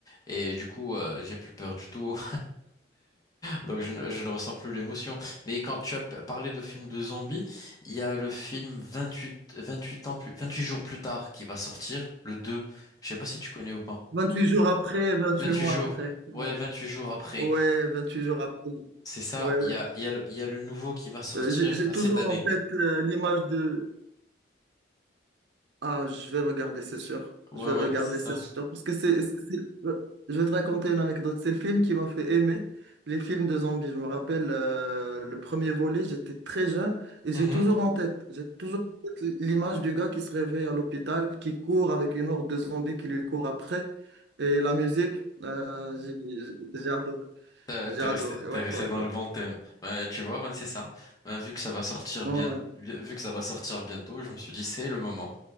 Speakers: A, on the left; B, on the right.
A: Et du coup, euh, j'ai plus peur du tout. Donc je, ne je ne ressens plus l'émotion. Mais quand tu as p- parlé de films de zombies, il y a le film vingt-huit vingt-huit ans plus, 28 jours plus tard qui va sortir, le 2. Je sais pas si tu connais ou pas.
B: Vingt-huit jours après, 28
A: vingt-huit
B: mois
A: jours.
B: après. ouais.
A: Ouais, 28 jours après.
B: Ouais, vingt-huit jours après.
A: C'est ça.
B: Ouais, ouais.
A: Il y a, il y a le, il y a le nouveau qui va sortir
B: Euh, J'ai j'ai toujours
A: cette année.
B: en tête euh, l'image de... Ah, je vais le regarder, c'est sûr.
A: Ouais,
B: Je vais
A: ouais,
B: le regarder,
A: c'est ça.
B: c'est sûr. Parce que c'est... c'est- c'est- euh, Je vais te raconter une anecdote. C'est le film qui m'a fait aimer les films de zombies. Je me rappelle euh, le premier volet, j'étais très jeune et
A: Mhm.
B: j'ai toujours en tête, j'ai toujours en tête l'image du gars qui se réveille à l'hôpital, qui court avec une horde de zombies qui lui court après. Et la musique, euh, j'ai j'ai- j'ai adoré.
A: T'as-
B: J'ai
A: T'es
B: adoré,
A: resté,
B: ouais,
A: t'es resté
B: ouais,
A: dans
B: ouais.
A: le bon thème. Bah, tu vois, ben c'est ça. Ben, vu que ça va sortir
B: Ouais,
A: bien, vu que ça va sortir bientôt, je me suis dit c'est le moment.